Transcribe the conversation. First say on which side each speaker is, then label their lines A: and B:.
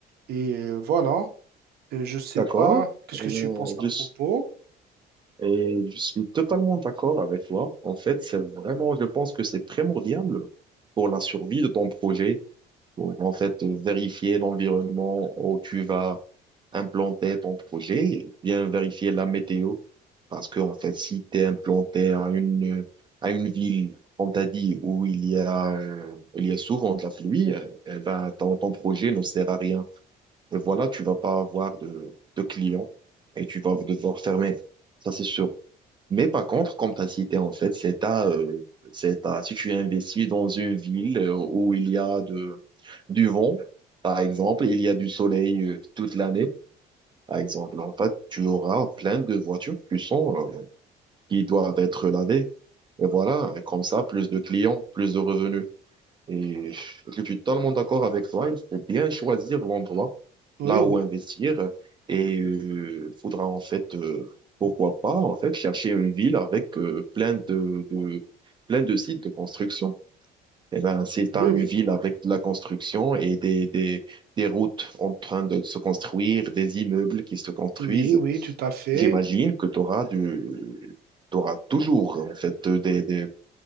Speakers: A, on the right (about 70°); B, on the right (about 25°).
A: Et euh, voilà, Euh, je sais
B: D'accord.
A: pas qu'est-ce
B: Euh,
A: que tu penses à
B: je-
A: propos.
B: Et je suis totalement d'accord avec toi. En fait, c'est vraiment, je pense que c'est primordial pour la survie de ton projet, pour en fait vérifier l'environnement où tu vas implanter ton projet, et bien vérifier la météo. Parce que, en fait, si tu es implanté à une, à une ville, comme t'as dit, où il y a, euh, il y a souvent de la pluie, euh, eh ben, ton, ton projet ne sert à rien. Et voilà, tu vas pas avoir de, de clients et tu vas devoir fermer. Ça, c'est sûr. Mais par contre, comme tu as cité, en fait, c'est à, euh, c'est à, si tu investis dans une ville euh, où il y a de, du vent, par exemple, il y a du soleil euh, toute l'année, par exemple, en fait, tu auras plein de voitures qui sont, euh, qui doivent être lavées. Et voilà, et comme ça, plus de clients, plus de revenus. Et je suis totalement d'accord avec toi, il faut bien choisir l'endroit
A: Oui,
B: là
A: oui,
B: où investir. Et il faudra en fait, euh, pourquoi pas, en fait, chercher une ville avec euh, plein de, de, plein de sites de construction. Et ben, si tu
A: oui,
B: une
A: oui,
B: ville avec de la construction et des, des, des routes en train de se construire, des immeubles qui se construisent,
A: oui, oui, tout à fait.
B: j'imagine que tu auras du, t'auras toujours, en fait, des, des,